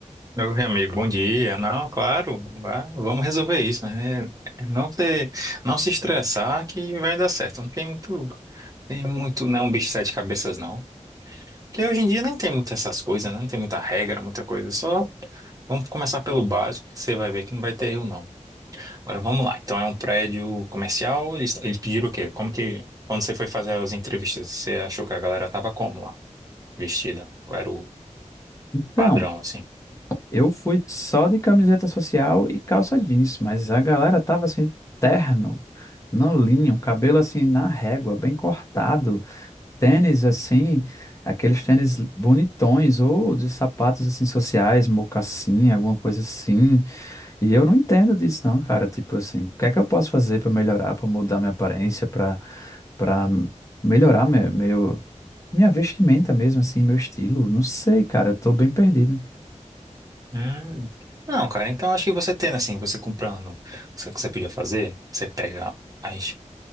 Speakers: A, on the right (about 30°); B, on the left (about 25°).
A: Meu amigo, bom dia. Não, claro, vá- vamos resolver isso, né? Não ter, não se estressar que vai dar certo. Não tem muito, tem muito, não é um bicho de sete cabeças, não. Porque hoje em dia nem tem muitas essas coisas, né? Não tem muita regra, muita coisa. Só vamos começar pelo básico, que você vai ver que não vai ter erro, não. Agora vamos lá. Então é um prédio comercial, eles, eles pediram o quê? Como que, quando você foi fazer as entrevistas, você achou que a galera tava como lá? Vestida? Qual era o
B: Então,
A: padrão, assim?
B: eu fui só de camiseta social e calça jeans, mas a galera tava assim, terno, no linho, cabelo assim na régua, bem cortado. tênis assim, aqueles tênis bonitões, ou de sapatos assim sociais, mocassim, alguma coisa assim. E eu não entendo disso, não, cara. Tipo assim, o que é que eu posso fazer para melhorar, para mudar minha aparência, para para melhorar meu, meu- minha vestimenta mesmo, assim, meu estilo? Não sei, cara. Eu tô bem perdido.
A: Hum. Não, cara, então acho que você tendo assim, você comprando, o que você podia fazer, você pega as,